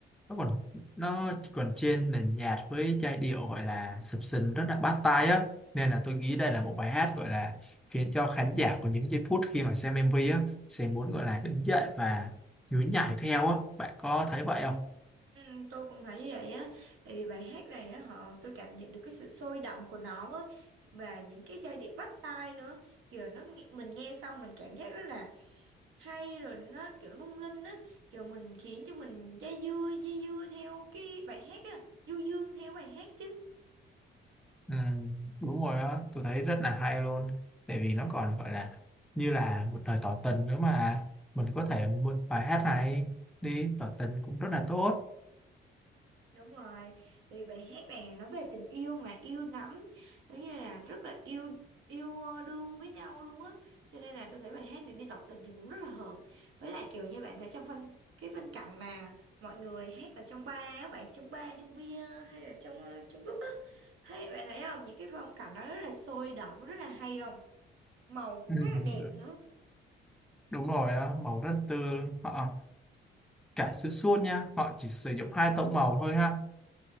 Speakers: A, in the centre; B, on the right (about 80°).
A: nó còn nó chỉ còn trên nền nhạc với giai điệu gọi là sập sình rất là bắt tai á nên là tôi nghĩ đây là một bài hát gọi là khiến cho khán giả có những giây phút khi mà xem MV á sẽ muốn gọi là đứng dậy và nhún nhảy theo á bạn có thấy vậy không?
B: Ừ, tôi cũng thấy như vậy á tại vì bài hát này á họ tôi cảm nhận được cái sự sôi động của nó á và những cái giai điệu bắt tai nữa kiểu nó nghe- mình nghe xong mình cảm giác rất là hay rồi nó kiểu lung linh á kiểu mình khiến cho mình dây dưa dây dưa theo cái bài hát á du dương theo bài hát chứ
A: Ừ, đúng rồi á tôi thấy rất là hay luôn tại vì nó còn gọi là như là một lời tỏ tình nữa mà mình có thể mượn bài hát này đi tỏ tình cũng rất là tốt
B: Đúng rồi, thì bài hát này nó về tình yêu mà yêu lắm, giống như là rất là yêu yêu ờ, đương với nhau luôn á, cho nên là tôi thấy bài hát này đi tỏ tình thì cũng rất là hợp. Với lại kiểu như bạn thấy trong phân cái phân cảnh mà mọi người hát ở trong bar, á, bạn trong bar, trong bia hay là trong ờ, trong group á, hay bạn thấy không? Những cái phong cảnh đó rất là sôi động, rất là hay không? Màu cũng
A: ừ,
B: rất là đẹp
A: đ-
B: nữa.
A: đúng rồi á màu rất tươi họ cả xuyên suốt nha họ chỉ sử dụng hai tông màu thôi ha